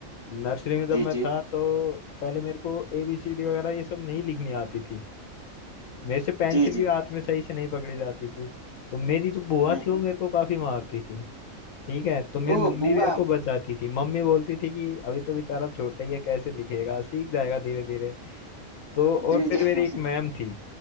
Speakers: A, on the left; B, on the right.
A: नर्सरी में जब
B: जी
A: मैं
B: जी
A: था तो पहले मेरे को ए बी सी डी वगैरह ये सब नहीं लिखनी आती थी मेरे से पेंसिल
B: जी
A: भी
B: जी
A: हाथ में सही से नहीं पकड़ी जाती थी तो मेरी जो बुआ
B: हम्म
A: थी वो
B: हम्म।
A: मेरे को काफी मारती थी ठीक है तो मेरी
B: ओह
A: मम्मी
B: बुआ
A: मेरे को बचाती थी मम्मी बोलती थी कि अभी तो बेचारा छोटा ही है कैसे लिखेगा सीख जाएगा धीरे धीरे तो और
B: जी
A: फिर
B: जी
A: मेरी
B: <laughs>
A: एक मैम थी